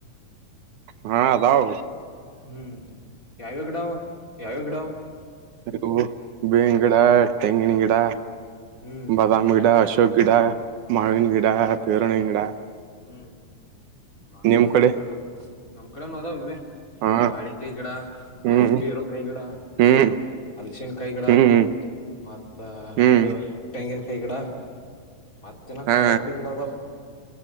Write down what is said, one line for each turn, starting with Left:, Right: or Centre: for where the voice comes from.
Right: ಹಾ ಅದಾವ್
Left: ಹಲೋ ಹ್ಮ್ ಯಾವ್ ಯಾವ್ ಗಿಡ ಅವ. ಯಾವ್ ಯಾವ್ ಗಿಡಾವ್.
Right: <unintelligible> ಬೆಂಗ್ ಗಿಡ ತೆಂಗಿನ್ ಗಿಡ.
Left: ಹ್ಮ್
Right: ಬಾದಾಮ್ ಗಿಡ ಅಶೋಕ್ ಗಿಡಾ ಮಾವಿನ್
Left: ಹ್ಮ್
Right: ಗಿಡ. ಪೇರಣೆ ಗಿಡ.
Left: ಹ್ಮ್ ಬಾಳ್
Right: ನಿಮ್
Left: ಗಿಡ ಅದಾವ್ನಾಗ.
Right: ಕಡೆ
Left: ನಮ್ಮ್ ಕಡೆನು ಅದಾವ್ ಇವೆ.
Right: ಹಾ
Left: ಬಾಳಿಕೈ ಗಿಡ
Right: ಹ್ಮ್
Left: ಬೇರು ಕೈಗಿಡ.
Right: ಹ್ಮ್
Left: ಅಲ್ಶಿನ್ ಕೈ ಗಿಡ
Right: ಹ್ಮ್
Left: ಮತ್ತ
Right: ಹ್ಮ್
Left: ಇದು ತೆಂಗಿನ್ ಕೈ ಗಿಡ. ಮತ್ತಿನ
Right: ಹಾ
Left: ಕಂಡಪುಟಿ ಗಿಡ ಅದಾವ್